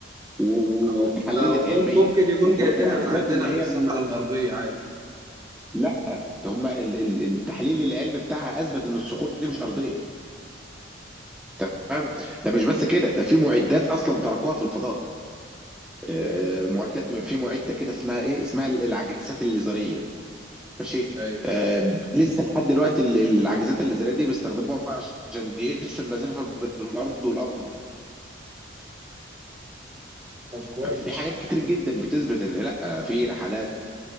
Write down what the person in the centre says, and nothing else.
و- و-
واتحللت
علميا
ومر-
واثبتوا
ان هي
من
لا هم ال- ال- التحليل العلمي بتاعها اثبت ان الصخور دي مش ارضيه تمام؟ ده مش بس كده، ده في مُعدّات أصلًا تركوها في الفضاء، آآ مُعدّات في مُعدّة كده اسمها إيه، اسمها ال العاكسات الليزرية ماشي،
آآ ب لسه لحد دلوقتي ال ال العاكسات الليزرية دي بيستخدموها عشان يقيسوا المسافة بين الأرض والقمر،
ففي حاجات كتير جدًا بتثبت إن لأ، آه، في رحلات